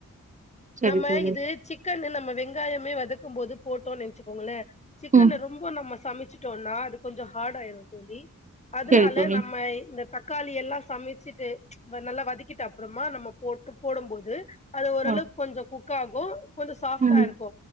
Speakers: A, on the right; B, on the left.
A: சரி
B: நம்ம
A: தோழி
B: இது சிக்கன்னு நம்ம வெங்காயமே வதக்கும் போது போட்டோ நென்ச்சுக்கோங்களே சிக்கன்னு
A: ம்
B: ரொம்போ நம்ம சமச்சிட்டோனா அது கொஞ்சோ ஹாட் ஆய்ரு தோழி அதுனால
A: சரி தோழி
B: நம்மய் இந்த தக்காளி எல்லா சமிச்சிட்டு வ நல்லா வதக்கிட்டு அப்றமா நம்மோப் போட்டு போடும்போது அது ஓரளக்
A: ஆ
B: கொஞ்சு குக் ஆகு கொஞ்சு சாஃப்ட்டா
A: ம்
B: இருக்கு